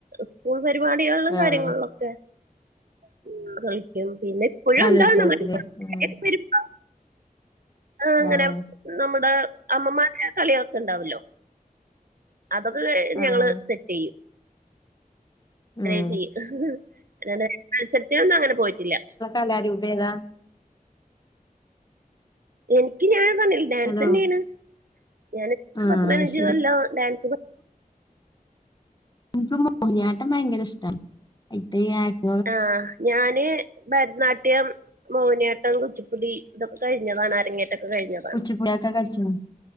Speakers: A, on the right (about 70°); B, on the left (about 30°).
A: സ്കൂൾ പരിപാടികളിലും കാര്യങ്ങളിലൊക്കെ
B: ആഹ്
A: <unintelligible> പിന്നെ ഇപ്പഴുണ്ടാവും
B: കലോത്സവത്തിന്
A: നമ്മക്ക് <unintelligible>
B: ആഹ്
A: ആ അങ്ങനെ
B: ആഹ്
A: നമ്മുടെ അമ്മമാരുടെ കളിയൊക്കെണ്ടാവല്ലോ അതൊക്കെ
B: ആഹ്
A: ഞങ്ങള് സെറ്റെയ്യും അങ്ങനെയാ
B: ഉം
A: ചെയ്യ മത്സരത്തിനൊന്നും അങ്ങനെ പോയിട്ടില്ല
B: അല്ലാടി ഉപേതാ
A: എനിക്ക് ഞാൻ തന്നേ ഡാൻസ്
B: ഹലോ
A: തന്നെയാണ് ഞാൻ
B: ആഹ്
A: പത്ത് പതിനഞ്ച്
B: ശരി
A: കൊല്ലോ ഡാൻസ്
B: നമുക്ക് മോഹിനിയാട്ടം ഭയങ്കര ഇഷ്ടമാണ് <unintelligible>
A: ആഹ് ഞാന് ഭരതനാട്യം മോനിയാട്ടം കുച്ചിപ്പുടി ഇതൊക്കെ കഴിഞ്ഞതാണ് അരങ്ങേറ്റൊക്കെ കഴിഞ്ഞതാണ്
B: കുച്ചിപ്പൂടിയൊക്കെ കഴിച്ച്ന്